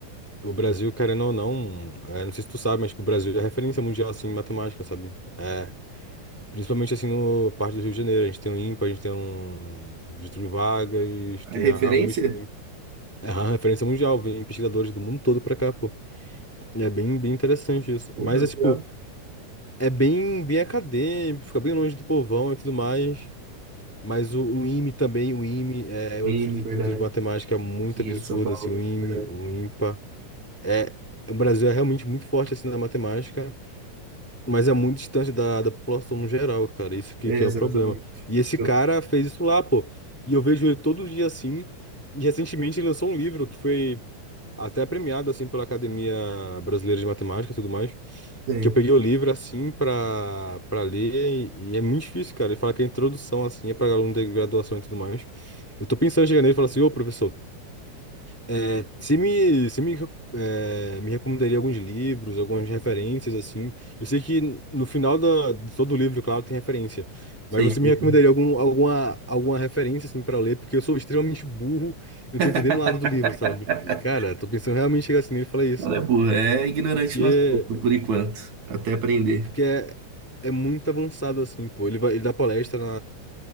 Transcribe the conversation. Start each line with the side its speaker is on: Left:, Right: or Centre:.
Centre: o Brasil, querendo ou não, é, não sei se tu sabe, mas tipo, o Brasil é referência mundial, assim, em matemática, sabe? É, Principalmente assim no parte do Rio de Janeiro. A gente tem o IMPA, a gente tem um Getúlio Vargas,
Right: Ah,
Centre: tem
Right: é referência?
Centre: a, a USP, né? É uma referência mundial, vem pesquisadores do mundo todo pra cá, pô. E É bem, bem interessante isso.
Right: Porra,
Centre: Mas é
Right: legal.
Centre: tipo, é bem, bem acadêmico, fica bem longe do povão e tudo mais. Mas o, o IME também, o IME é
Right: Meme,
Centre: outro instituto
Right: verdade.
Centre: de matemática muito
Right: Aqui
Centre: absurdo,
Right: em São Paulo,
Centre: assim, o IME,
Right: né? verdade.
Centre: o IMPA. É, o Brasil é realmente muito forte assim na matemática. Mas é muito distante da, da população no geral, cara. Isso que,
Right: É,
Centre: que é
Right: exatamente.
Centre: o problema. E esse
Right: Eu-
Centre: cara fez isso lá, pô. E eu vejo ele todo dia assim. E recentemente ele lançou um livro que foi até premiado, assim, pela Academia Brasileira de Matemática e tudo mais.
Right: Sei,
Centre: Que eu peguei o livro, assim, pra, pra ler. E, e é muito difícil, cara. Ele fala que a introdução, assim, é pra aluno de graduação e tudo mais. Eu tô pensando em chegar nele e falar assim, ô, professor. É, você me, você me, é, me recomendaria alguns livros, algumas referências, assim. Eu sei que no final da, de todo livro, claro, tem referência.
Right: sei,
Centre: Mas você
Right: sei.
Centre: me recomendaria
Right: sei.
Centre: algum, alguma, alguma referência, assim, para ler? Porque eu sou extremamente burro e não
Right: <laughs>
Centre: tô entendendo nada do livro, sabe? E, cara, tô pensando realmente em chegar assim nele e falar isso.
Right: Ela é burra, é ignorante
Centre: Que
Right: no
Centre: é,
Right: assunto, por enquanto. Até aprender.
Centre: porque é, é muito avançado, assim, pô. Ele vai, ele dá palestra